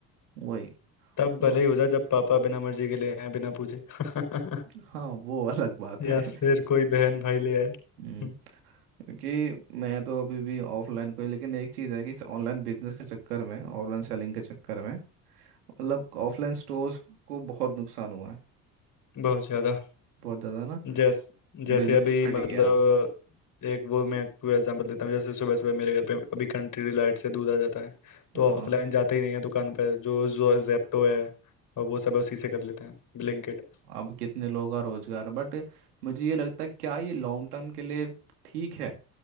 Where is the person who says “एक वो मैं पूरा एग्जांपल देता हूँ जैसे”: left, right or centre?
Left